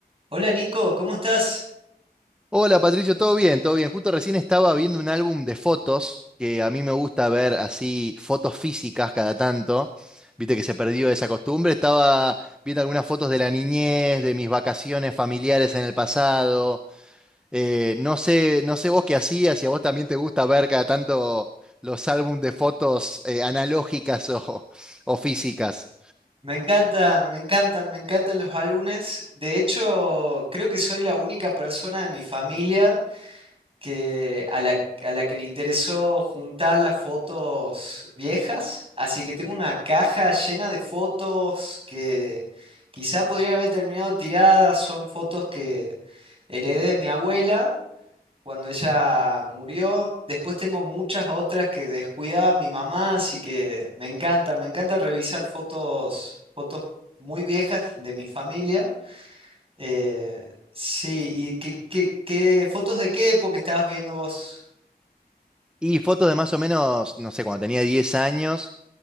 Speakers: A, on the right (about 35°); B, in the centre.
A: Hola Nico, ¿cómo estás?
B: Hola Patricio, todo bien, todo bien. Justo recién estaba viendo un álbum de fotos, que a mí me gusta ver así fotos físicas cada tanto. Viste que se perdió esa costumbre. Estaba viendo algunas fotos de la niñez, de mis vacaciones familiares en el pasado. Eh, no sé, no sé vos qué hacías, si a vos también te gusta ver cada tanto los álbumes de fotos eh, analógicas o, o físicas.
A: Me encantan, me encantan, me encantan los álbumes. De hecho, creo que soy la única persona de mi familia que, a la, a la que le interesó juntar las fotos viejas. Así que tengo una caja llena de fotos que quizá podrían haber terminado tiradas. Son fotos que heredé de mi abuela cuando ella murió. Después tengo muchas otras que descuidaba mi mamá, así que me encanta, me encanta revisar fotos, fotos muy viejas de mi familia. Eh, sí, ¿y qué, qué, qué fotos de qué época estabas viendo vos?
B: Y fotos de más o menos, no sé, cuando tenía 10 años.